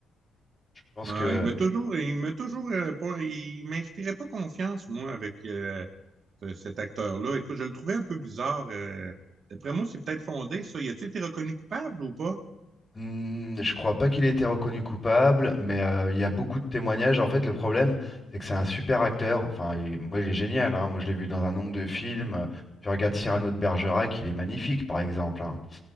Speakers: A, on the left (about 20°); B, on the right (about 55°).
A: Je pense
B: Ah,
A: que
B: il m'a toujours, il m'a toujours euh, pas, il m'inspirait pas confiance, moi, avec euh, ce- cet acteur-là. Écoute, je le trouvais un peu bizarre. euh. D'après moi, c'est peut-être fondé, ça. Y a-tu été reconnu coupable ou pas?
A: Hmm, je crois pas qu'il ait été reconnu coupable, mais euh, il y a beaucoup de témoignages. En fait, le problème, c'est que c'est un super acteur. Enfin, il- moi, il est génial. hein. Moi, je l'ai vu dans un nombre de films. Tu regardes Cyrano de Bergerac, il est magnifique, par exemple. hein.